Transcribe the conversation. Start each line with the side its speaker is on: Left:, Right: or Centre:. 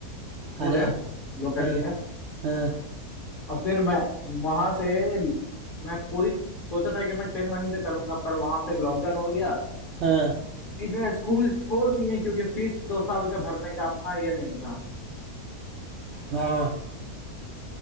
Left: स्कूल
Right: अरे
Left: है लोकल
Right: हाँ
Left: ही है
Right: हाँ
Left: और फिर मैं वहां से मैं पूरी सोचा था कि मैं टेन वहीं से करूंगा पर वहां फिर लॉकडाउन हो गया
Right: हाँ
Left: बीच में स्कूल छोड़ दिए क्योंकि फीस दो साल का भरने का अपना ये नहीं था
Right: हाँ